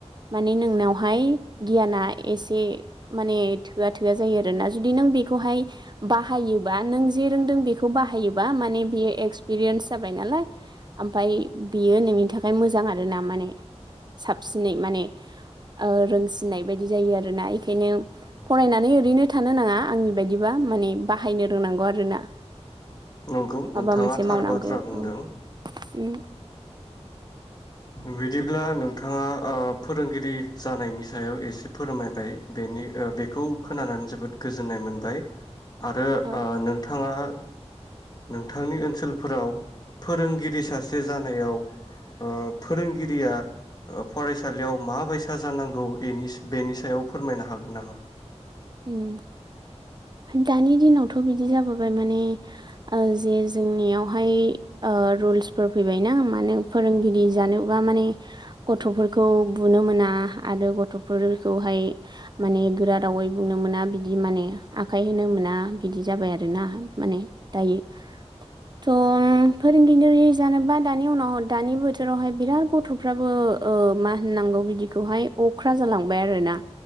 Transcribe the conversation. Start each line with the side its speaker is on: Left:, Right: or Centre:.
Right: माने नोंनावहाय गियाना एसे माने थोआ थोआ जायो आरो ना जुदि नों बेखौ हाय बाहायोबा नों जे रोंदों बेखौ बाहायोबा माने एक्सपिरियेन्स जाबायनालाय ओमफाय बि नोंनि थाखाय मोजां आरोना माने साबसिनै माने ओ रोंसिननाय बायदि जायो आरोना बेखायनो फरायनानै ओरैनो थानो नाङा आंनि बायदिबा माने बाहायनो रोंनांगौ आरोना
Left: नंगौ
Right: माबा
Left: नोंथाङा
Right: मोनसे
Left: थार
Right: मावनांगौ
Left: बाथ्रा बुंदों
Right: औ उम
Left: बिदिब्ला नोंथाङा ओ फोरोंगिरि जानायनि सायाव एसे फोरमायबाय बेनि बेखौ खोनानानै जोबोद गोजोननाय मोनबाय। आरो ओ
Right: औ
Left: नोंथाङा <inaudible> नोंथांनि ओनसोलफोराव फोरोंगिरि सासे जानायाव ओ फोरोंगिरिया फरायसालियाव माबायसा जानांगौनि एनि बेनि सायाव फोरमायनो हागोन नामा?
Right: उम दानि दिनावथ' बिदि जाबोबाय माने ओ जे जोंनियाव हाय ओ रुलसफोर फैबाय ना माने फोरोंगिरि जानोबा माने गथ'फोरखौ बुनो मोना आरो गथ'फोरखौहाय माने गोरा रावै बुंनो मोना बिदि माने आखाय होनो मोना बिदि जाबाय आरो ना माने दायो थ' फोरोंगिरि जानोबा दानि उनाव दानि बोथोरावहाय बिराद गथ'फ्राबो ओ मा होननांगौ बिदिखौहाय अख्रा जालांबाय आरोना